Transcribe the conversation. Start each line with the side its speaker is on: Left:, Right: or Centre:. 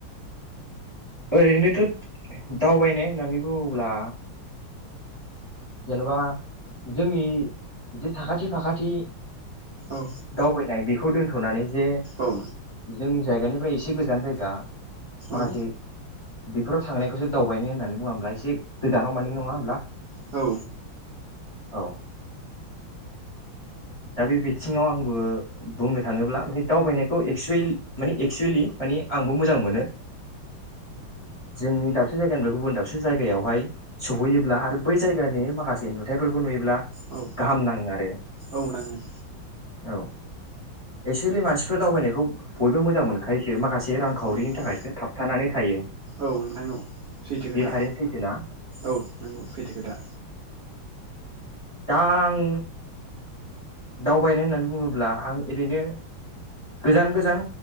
Left: ओरैनोथ दावबायनाय होननानै बुङोब्ला जेनेबा जोंनि जि साखाथि फाखाथि
Right: औ
Left: दावबायनाय बे खौ दोन्थनानै जे
Right: औ
Left: जोंनि जायगानिफ्राय एसे गोजान जायगा माखासे
Right: औ
Left: बि बेफोरा थांनायखौसो दावबायनाय होननानै बुङा होब्ला। एसे गोजानाव मानि नङा होनब्ला
Right: औ
Left: औ दा बे बिथिङाव आंबो बुंनो थाङोब्ला माने दावबायनायखौ एक्सुये माने एक्सुयेलि मानि आंबो मोजां मोनो जोंनि दाबसे जायगानिफ्राय गुबुन दाबसे जायगायावहाय सहैयोब्ला आरो बै जायगानि माखासे नुथायाइफोरखौ नुयोब्ला
Right: औ
Left: गाहाम नाङो आरो
Right: औ नाङो
Left: औ एक्सुवेलि मानसिफोर दावबायनायखौ बयबो मोजां मोनखायोसो माखासे रां खावरिनि
Right: औ मोनो
Left: थाखायसो थाब थानानै थायो
Right: औ नोंथां औ सैथो
Left: बे
Right: खोथा
Left: थारैनो सैथोना
Right: औ नंगौ सैथो खोथा।
Left: दा आं दावबायनाय होननानै बुङोब्ला आं ओरैनो गोजान गोजान